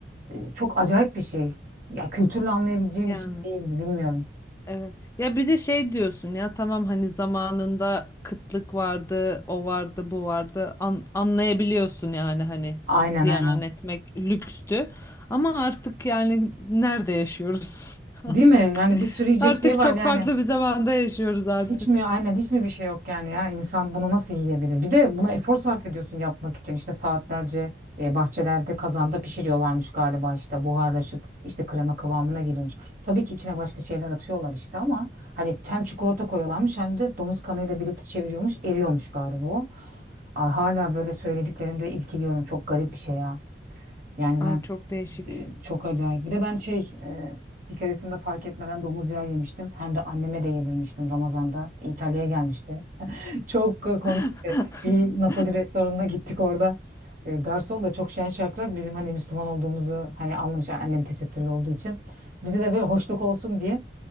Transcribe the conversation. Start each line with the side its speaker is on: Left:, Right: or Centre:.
Right: e, çok acayip bir şey. Ya kültürle anlayabileceğim
Left: yani.
Right: bir şey değildi bilmiyorum.
Left: Evet. Ya bir de şey diyorsun ya tamam hani zamanında kıtlık vardı, o vardı, bu vardı. An- anlayabiliyorsun yani hani
Right: Aynen
Left: ziyan
Right: aynen.
Left: etmek lükstü. Ama artık yani nerede yaşıyoruz? <laughs> Artık
Right: Değil mi? Yani bir sürü yiyecek
Left: artık
Right: şey var
Left: çok
Right: yani.
Left: farklı bir zamanda yaşıyoruz artık.
Right: Hiç mi aynen hiç mi bir şey yok yani ya insan bunu nasıl yiyebilir? Bir de buna efor sarf ediyorsun yapmak için işte saatlerce e, bahçelerde kazanda pişiriyorlarmış galiba işte buharlaşıp işte krema kıvamına geliyormuş. Tabii ki içine başka şeyler atıyorlar işte ama hani hem çikolata koyuyorlarmış hem de domuz kanıyla birlikte çeviriyormuş eriyormuş galiba o. Aa, Hala böyle söylediklerinde irkiliyorum çok garip bir şey ya. Yani
Left: Ay
Right: ben
Left: çok değişik.
Right: e, çok acayip. Bir de ben şey e, bir keresinde fark etmeden domuz yağı yemiştim. Hem de anneme de yedirmiştim Ramazan'da. İtalya'ya gelmişti. Çok e, komikti.
Left: <laughs>
Right: Bir Napoli restoranına gittik orada. E, garson da çok şen şakrak bizim hani Müslüman olduğumuzu hani anlamış yani annem tesettürlü olduğu için. Bize de böyle hoşluk olsun diye